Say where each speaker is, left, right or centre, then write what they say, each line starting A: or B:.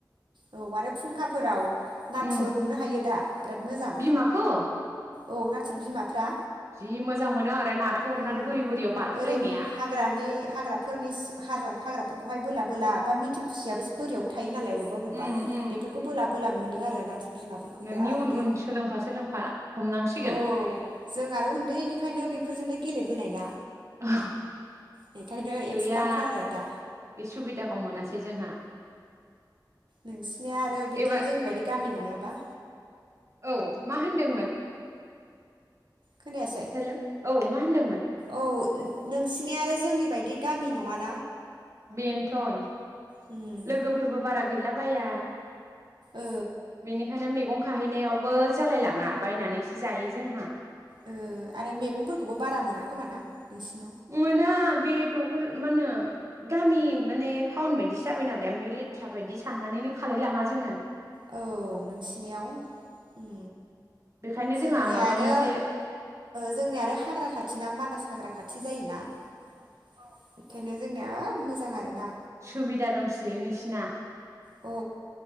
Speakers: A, on the right; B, on the right.
A: औ आरो फुंखाफोराव नाथुर
B: उम
A: हमनो हायो दा? बिराद मोजां
B: बिमाखौ
A: औ ना बिमाफ्रा
B: जि मोजां मोनो ओरै नारखो हरनानै
A: ओम
B: बोरि बोरियाव बारखोलायनाया
A: ओरै हाग्रानि हाग्राफोरनिस हाग्रा हाग्राफोरखौहाय बोलाब बोला बा मिथिं खुसियाबो बोरैयावबो थायो नालाय बबेबा बबेबा
B: उम उम
A: बेफोरखौ बोला बोला मोनो आरो ना। बिमाफोरखौ
B: नोंनि
A: बिरादनो
B: उन उन सोलोंफा सोलोंफा हमनांसिगोन
A: औ जों आरो उन्दैनिफ्रायनो बे नो गेलेबोनाय ना।
B: औ
A: बेखायनो
B: गैया
A: एक्सपार्टखा आरो दा
B: बे सुबिदाखौ मोना सै जोंहा।
A: नोंसिनिया आरो बिदि
B: एबार
A: जोंनि बायदि गामि नंलाबा?
B: औ मा होनदोंमोन?
A: खोनायासै?
B: हेल' औ मा होन्दोंमोन
A: औ नोंसिनि आरो जोंनि बायदि गामि नङा।
B: बेन्थन।
A: उम
B: लोगोफोरबो बारा गैलाबाया।
A: ओ
B: बेनिखायनो मेगं खाहैनायावबो जालायलाङा बायनानैसो जायो जोंहा।
A: ओ आरो मेगंफोरखोबो बारा मोना खोमा ना नोंसिनि
B: मोना बे दखल मानो गामि माने टाउन बादिसो जाबाय नालाय ओमफाय लेथ्रा बादि साननानैनो खालाय लांङा जोङो।
A: औ नोंसिनियाव उम
B: बेखायनो
A: जोंनिया
B: जोंहा माबा
A: आरो
B: मोनसे
A: जोंनिया आरो हाग्रा खाथिनाा मानास हाग्रा खा खाथि जायोना औ बेखायनो जोंनिया ओ मोजां आरो ना।
B: सुबिदा दंसोयो नोंसिना।
A: औ